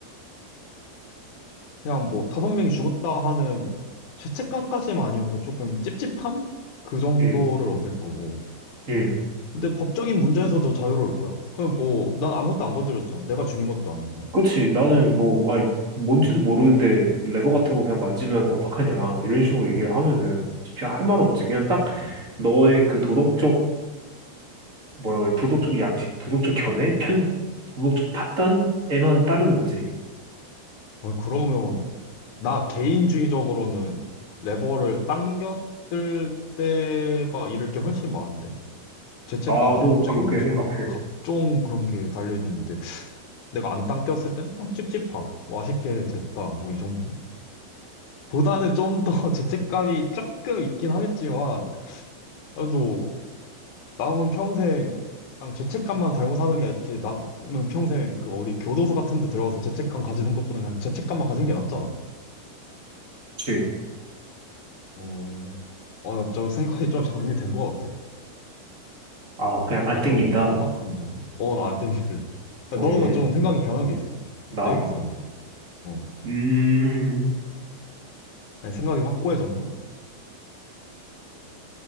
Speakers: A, on the left; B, on the right.
A: 그냥 뭐 다섯 명이 죽었다 하는 죄책감까지만 아니어도 조금 찝찝함? 그 정도를
B: 응,
A: 얻을 거고.
B: 응.
A: 근데 법적인 문제에서도 자유로울 거야? 그럼 뭐, 난 아무것도 안 건드렸잖아. 내가 죽인 것도 아니고.
B: 그치. 나는 뭐, 아니, 뭔지도 모르는데 그 레버 같은 거 그냥 만지면 어떡하냐. 이런 식으로 얘기를 하면은 그냥 할 말은 없지. 그냥 딱 너의 그 도덕적, 뭐라 그래, 도덕적 양식, 도덕적 견해, 편, 도덕적 판단에만 따른 거지.
A: 어, 그러면, 나 개인주의적으로는 레버를 당겼을 때가 잃을 게 훨씬 많은데? 죄책감과
B: 나도
A: 법적인
B: 그렇게
A: 문제와
B: 생각해.
A: 각종 그런 게 달려있는데, 내가 안 당겼을 땐 그냥 찝찝함. 뭐 아쉽게 됐다. 뭐 이 정도? 보다는 좀 더 <laughs> 죄책감이 조금 있긴 하겠지만, 그래도 남은 평생 그냥 죄책감만 달고 사는 게 낫지. 남은 평생 그 어디 교도소 같은 데 들어가서 죄책감 가지는 것보다 그냥 죄책감만 가진 게 낫잖아.
B: 줄.
A: 어, 어, 나좀 생각이 좀 정리된 것 같아.
B: 아, 그냥 안
A: 어,
B: 땡긴다.
A: 좀 명확한 문제네. 어, 나 안 땡길래.
B: 응,
A: 너는 좀 생각이 변한 게 있어?
B: 나?
A: 내 얘기 들으면서? 어.
B: 음,
A: 아니, 생각이 확고해졌나?